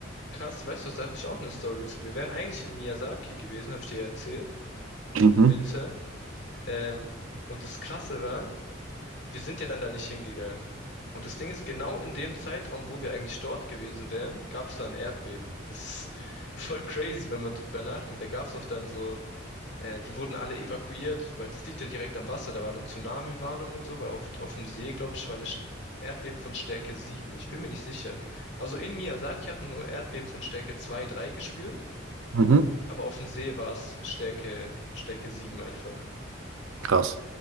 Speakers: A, on the left; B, on the right.
A: Krass, weißt du, was, da habe ich auch eine Story zu. Wir wären eigentlich in Miyazaki gewesen, habe ich dir ja erzählt,
B: Mhm.
A: im Winter. Ähm, und das Krasse war, wir sind ja dann da nicht hingegangen. Und das Ding ist, genau in dem Zeitraum, wo wir eigentlich dort gewesen wären, gab es da ein Erdbeben. Das ist <laughs> voll crazy, wenn man drüber nachdenkt. Da gab es auch dann so, äh, die wurden alle evakuiert, weil es liegt ja direkt am Wasser. Da war dann Tsunami-Warnung und so, weil auf, auf dem See, glaube ich, war eine St- Erdbeben von Stärke 7. Ich bin mir nicht sicher. Also in Miyazaki hat man nur Erdbeben von Stärke 2, 3 gespürt.
B: Mhm.
A: Aber auf dem See war es Stärke, Stärke 7 einfach.
B: Krass.